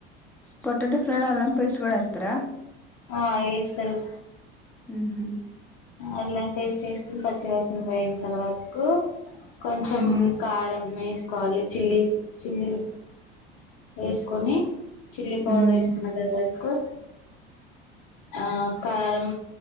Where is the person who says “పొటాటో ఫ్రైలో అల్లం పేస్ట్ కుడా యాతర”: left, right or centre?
Centre